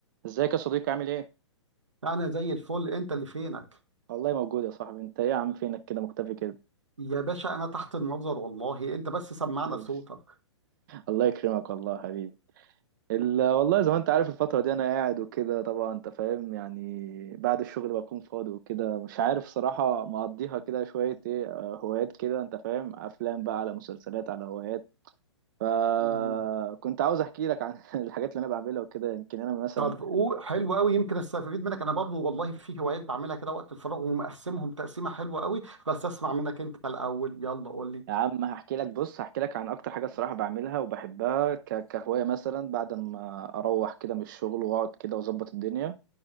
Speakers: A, on the right; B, on the right.
A: ازيك يا صديقي عامل ايه؟
B: انا زي الفل انت اللي فينك
A: والله موجود يا صاحبي انت ايه يا عم فينك كده مختفي كده
B: يا باشا انا تحت النظر والله انت بس سمعنا
A: حبيبي.
B: صوتك
A: الله يكرمك والله يا حبيبي ال- والله زي ما انت عارف الفترة دي انا قاعد وكده طبعا انت فاهم يعني بعد الشغل بكون فاضي وكده مش عارف صراحة مقضيها كده شوية ايه اه، هوايات كده انت فاهم افلام بقى على مسلسلات على هوايات فكنت
B: مم.
A: عاوز احكي لك عن <laughs> الحاجات اللي انا بعملها وكده يمكن انا مثلا
B: طب قول حلو قوي يمكن استفيد منك انا برضو والله في هوايات بعملها كده وقت الفراغ ومقسمهم تقسيمه حلوه قوي بس اسمع منك انت الاول يلا قول لي
A: يا عم هحكي لك بص هحكي لك عن اكتر حاجه الصراحه بعملها وبحبها ك- كهوايه مثلا بعد ما اروح كده من الشغل واقعد كده واظبط الدنيا